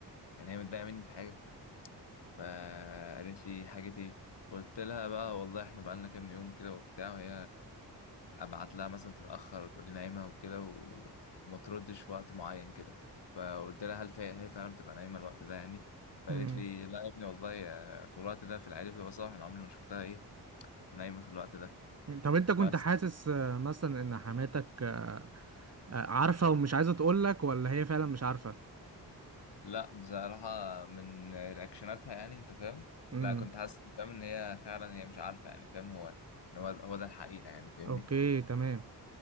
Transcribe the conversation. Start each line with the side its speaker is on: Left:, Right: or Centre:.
Left: يعني هي متضايقه مني في حاجه فقالت لي حاجة ايه قلت لها بقى والله احنا بقالنا كام يوم كده وبتاع وهي ابعت لها مثلا تتأخر وتقول لي نايمة وكده و- وما تردش في وقت معين كده فقلت لها هل فا- هي فعلا بتبقى نايمة الوقت ده يعني فقالت
Right: امم
Left: لي لا يا ابني والله آه، في الوقت ده في العادي بتبقى صاحي انا عمري ما شفتها ايه نايمة في الوقت ده
Right: طب انت كنت
Left: بس
Right: حاسس آه، مثلا ان حماتك آه، آه، عارفه ومش عايزه تقول لك ولا هي فعلا مش عارفه
Left: لا بصراحة من رياكشناتها يعني انت فاهم
Right: امم
Left: لا كنت حاسس فاهم ان هي فعلا هي مش عارفة يعني فاهم هو ان هو هو ده الحقيقة يعني فاهمني
Right: اوكي تمام